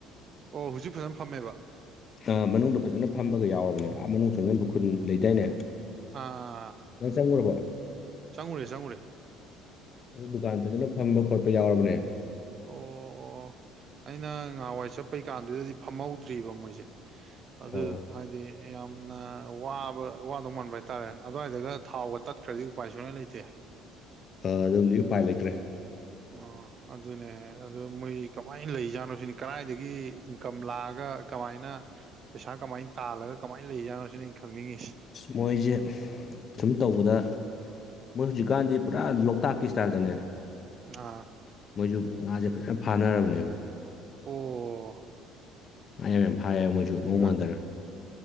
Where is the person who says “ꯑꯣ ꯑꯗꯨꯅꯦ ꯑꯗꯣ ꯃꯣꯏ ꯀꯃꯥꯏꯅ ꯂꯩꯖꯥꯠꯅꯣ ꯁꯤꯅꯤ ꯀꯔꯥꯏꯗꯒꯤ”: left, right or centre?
Right